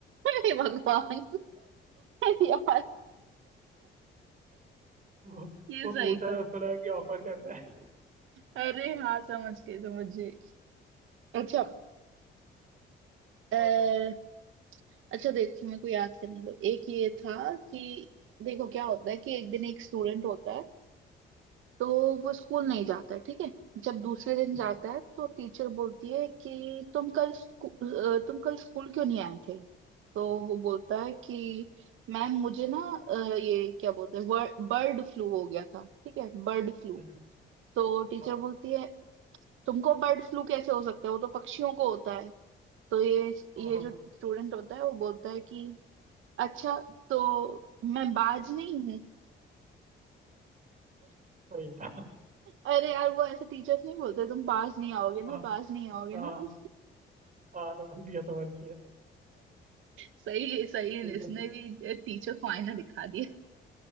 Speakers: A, on the right; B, on the right.
A: हे भगवान <laughs> यार
B: वो
A: ये
B: वो
A: सही
B: पूछा
A: था
B: था उसको लगा कि ऑफर कर रहा है
A: अरे हाँ समझ गए समझ गए अच्छा अः
B: हाँ बोल
A: अच्छा देखो मेरे को याद करने दो एक ये था कि देखो क्या होता है कि एक दिन एक स्टूडेंट होता है तो वो स्कूल नहीं जाता है ठीक है जब दूसरे दिन
B: <laughs> हम्म,
A: जाता है तो टीचर बोलती है कि तुम कल स्कूल अ, तुम कल स्कूल क्यों नहीं आए थे तो वो बोलता है कि मैम मुझे ना अ, ये क्या बोलते हैं बर्ड फ्लू हो गया था ठीक है बर्ड फ्लू
B: हम्म,
A: तो टीचर
B: हाँ
A: बोलती है तुमको बर्ड फ्लू कैसे हो सकता है वो तो पक्षियों को होता है तो ये
B: हाँ
A: ये जो स्टूडेंट होता है वो बोलता है कि अच्छा तो मैं बाज नहीं हूँ
B: सही था
A: अरे यार वो ऐसे टीचर्स नहीं बोलते तुम बाज नहीं आओगे ना
B: हाँ
A: बाज नहीं आओगे
B: हाँ
A: ना <laughs>
B: हाँ समझ गया समझ गया
A: सही है सही है
B: ठीक
A: इसने
B: है
A: भी टीचर को आईना दिखा दिया